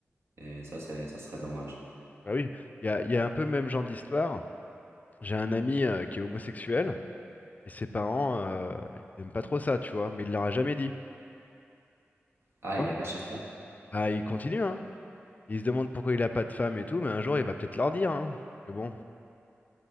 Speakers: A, on the right; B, on the left.
A: Et ça, c'est, ça serait dommage.
B: Bah oui, il y a, il y a un peu le même genre d'histoire. J'ai un ami euh, qui est homosexuel, et ses parents, euh, ils aiment pas trop ça, tu vois, mais il leur a jamais dit. tu
A: Ah,
B: vois.
A: il a caché ça.
B: Ah, il continue, hein. Il se demande pourquoi il a pas de femme et tout, mais un jour, il va peut-être leur dire, hein. Que bon,